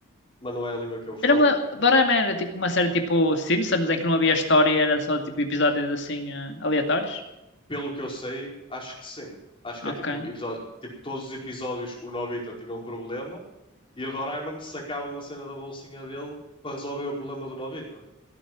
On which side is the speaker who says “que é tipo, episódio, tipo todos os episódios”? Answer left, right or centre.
Left